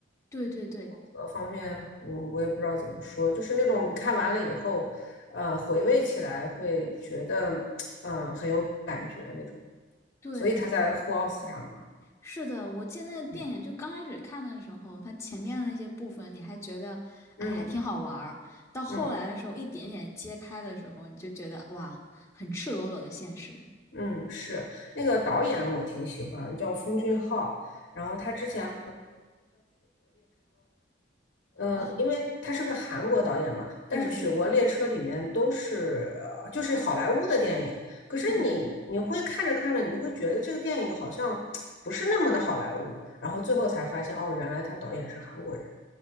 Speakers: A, on the left (about 15°); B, on the left (about 60°).
A: 对对对
B: 呃，方面我我也不知道怎么说，就是那种你看完了以后，呃，回味起来会觉得，嗯、很有感觉那种，
A: 对。
B: 所以他才获奥斯卡嘛。
A: 是的，我记得那个电影，
B: 嗯
A: 就刚开始看的时候，它前面的那些部分你还觉得，哎，
B: 嗯
A: 还挺好玩儿。到后来的时候，
B: 嗯
A: 一点点揭开的时候，你就觉得哇，很赤裸裸的现实。
B: 嗯，是那个导演我挺喜欢，叫奉俊昊。然后他之前嗯，
A: 哦，
B: 呃因为他是个韩国导演嘛，但是《雪国列车》里面都是呃就是好莱坞的电影，
A: 对对，
B: 可是你你会看着看着，
A: 嗯，
B: 你就会觉得这个电影好像不是那么的好莱坞，然后最后才发现哦，原来他导演是韩国人。